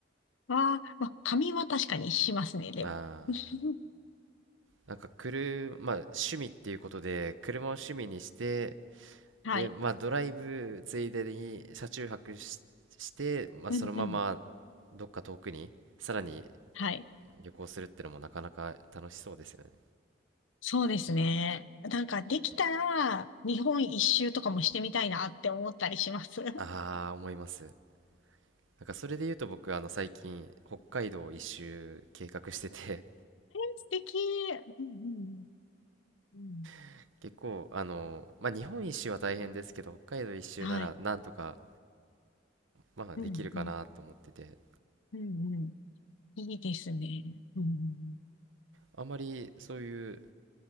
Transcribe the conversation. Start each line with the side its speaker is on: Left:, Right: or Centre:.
Left: ああ、まあ、仮眠は確かにしますね、でも。
Right: まあ
Left: <laughs>
Right: なんか車、まあ、趣味っていうことで車を趣味にして
Left: はい。
Right: で、まあ、ドライブついでに車中泊し、して、まあ、
Left: うんうん。
Right: そのままどっか遠くにさらに
Left: はい。
Right: 旅行するってのもなかなか楽しそうですよね。
Left: そうですね。なんかできたら日本一周とかもしてみたいなって思ったりします。<laughs> え、
Right: ああ、思います。なんかそれで言うと僕あの最近北海道一周計画してて
Left: 素敵。うんうん。うん。
Right: <laughs> 結構あのまあ日本一周は大変ですけど北海道一周ならなんとか
Left: はい。
Right: まあできるかなと思ってて
Left: うんうん。うんうん。いいですね。うんうんうん
Right: あんまりそういう